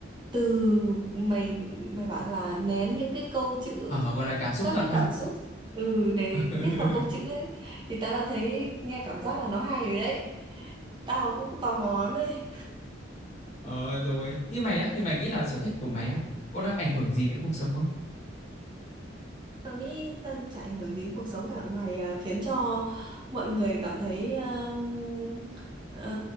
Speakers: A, on the right; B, on the left.
A: từ mày mày bảo là nén những cái câu chữ
B: ờ gọi là cảm xúc
A: các
B: thật
A: cái
B: ha
A: cảm xúc ừ để
B: <laughs>
A: viết vào câu chữ ấy thì tao đã thấy nghe cảm giác là nó hay rồi đấy. Tao cũng tò mò lắm đấy.
B: Ờ rồi. Như mày á, thì mày nghĩ là sở thích của mày á, có đang ảnh hưởng gì đến cuộc sống không?
A: Tớ nghĩ tớ chả ảnh hưởng gì đến cuộc sống cả ngoài à, khiến cho mọi người cảm thấy um, ờ,